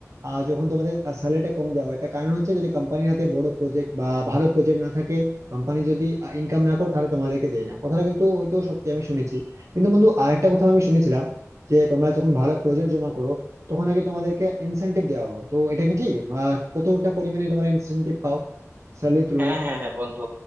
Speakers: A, on the right; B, on the right.
A: আহ, যখন তোমাদের স্যালারিটা কম দেওয়া হয় তার কারণ হচ্ছে যদি কোম্পানির হাতে বড় প্রজেক্ট বা ভালো প্রজেক্ট না থাকে কোম্পানি যদি ইনকাম না করে তাহলে তোমাদেরকে দেয় না কথাটা কিন্তু হয়তো সত্যি আমি শুনেছি কিন্তু বন্ধু আরেকটা কথা আমি শুনেছিলাম যে তোমরা যখন ভালো প্রজেক্ট জমা করো তখন আগে তোমাদেরকে ইনসেনটিভ দেওয়া হয় তো এটা কি ঠিক আহ, কতটা পরিমাণে তোমরা ইনসেনটিভ পাও স্যালারির তুলনায়
B: হ্যাঁ হ্যাঁ হ্যাঁ বন্ধু